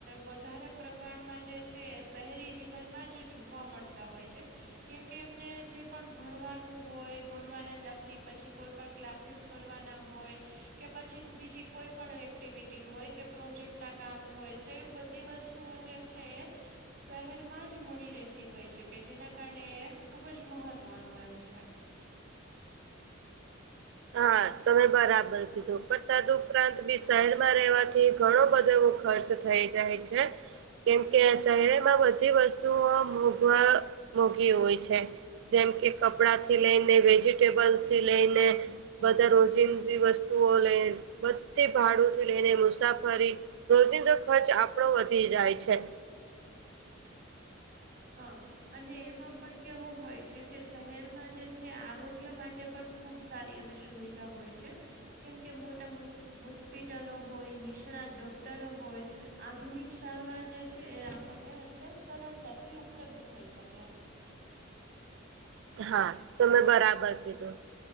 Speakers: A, on the right (about 45°); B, on the right (about 60°).
A: વધારે પ્રમાણમાં જે છે શહેરી જીવનમાં જ જોવા મળતા હોય છે કેમકે એમને જે પણ ભણવાનું હોય ભણવાને લગતી પછી કોઈ પણ ક્લાસીસ કરવાના હોય કે પછી બીજી કોઈ પણ એક્ટિવિટી હોય કે પ્રોજેક્ટ ના કામ હોય તો એ બધી વસ્તુઓ જે છે એ શહેરમાં જ મળી રહેતી હોય છે કે જેના કારણે એ ખુબ જ મહત્વનું એમ છે
B: હા તમે બરાબર કીધું પણ તદઉપરાંત બી શહેરમાં રહેવાથી ઘણો બધો એવો ખર્ચ થઈ જાય છે કેમકે શહેરમાં બધી વસ્તુઓ મોઘવા મોઘી હોય છે જેમ કે કપડા થી લેઈને વેજીિટેબલ થી લેઈને બધા રોજિંદી વસ્તુઓ લેઈ બધે ભાડુંથી લેઈને મુસાફરી રોજિંદો ખર્ચ આપડો વધી જાય છે
A: હા અને એમાં પણ કેવું હોય છે કે શહેરમાં જે છે આરોગ્ય માટે પણ ખૂબ સારી એવી શુવિધા હોય છે કેમકે મોટા મોસ હોસ્પિટલો હોય નિષ્ણાત ડોક્ટર હોય આધુનિક સારવાર જે છે એ આપણને એટલે સરળતાથી ઉપલબ્ધ થઈ શકે એમ
B: હા તમે બરાબર કીધુ